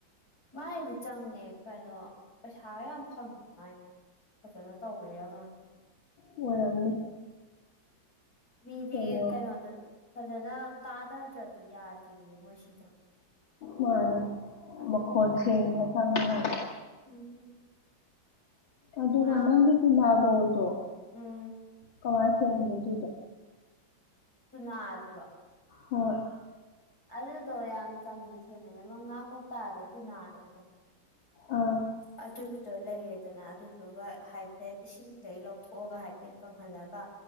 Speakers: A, on the left; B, on the left.
A: ꯃꯥꯏꯗꯤ ꯆꯪꯉꯦ ꯀꯩꯅꯣ ꯄꯩꯁꯥꯌꯥ ꯌꯥꯝ ꯐꯪꯉꯦ ꯃꯥꯏꯗꯣ ꯐꯖꯅ ꯇꯧꯕꯩꯔ ꯈꯪꯗꯦ
B: ꯑꯣꯏꯔꯝꯅꯤ
A: ꯃꯤꯗꯤ
B: ꯀꯩꯅꯣ
A: ꯀꯩꯅꯣꯗ ꯐꯖꯅ ꯇꯥꯗꯗ꯭ꯔꯗꯤ ꯌꯥꯗꯦꯌꯦ ꯃꯣꯏꯁꯤꯗꯣ
B: ꯃꯥꯅꯦ
A: ꯑꯗꯨꯗꯨꯒꯤ
B: ꯃꯈꯣꯟ ꯁꯦꯡꯕ ꯆꯪꯉꯦ ꯌꯥꯝ__
A: ꯎꯝ
B: ꯑꯗꯨꯒ
A: ꯉꯔꯥꯡ
B: ꯅꯪꯒꯤ ꯇꯨꯅꯥꯕꯣꯜꯗꯣ
A: ꯎꯝ
B: ꯀꯃꯥꯏ ꯁꯦꯝꯒꯦ ꯑꯗꯨꯗꯣ
A: ꯇꯨꯅꯥ ꯗꯨꯔꯣ
B: ꯍꯣꯏ
A: ꯑꯗꯨꯗꯣ ꯌꯥꯝ ꯆꯝꯅ ꯁꯦꯝꯕꯅꯦ ꯃ ꯉꯥ ꯀꯧꯇꯥꯗ ꯇꯨꯅꯥꯗꯣ ꯈꯪꯕꯔꯥ
B: ꯑꯥ
A: ꯑꯗꯨꯒꯤꯗꯣ ꯂꯩꯔꯦꯗꯅ ꯑꯗꯨꯗꯨꯒ ꯍꯥꯏꯐꯦꯠ ꯏꯁꯤꯡꯗꯩ ꯂꯧꯊꯣꯛꯑꯒ ꯍꯥꯏꯐꯦꯠ ꯀꯪꯍꯜꯂꯒ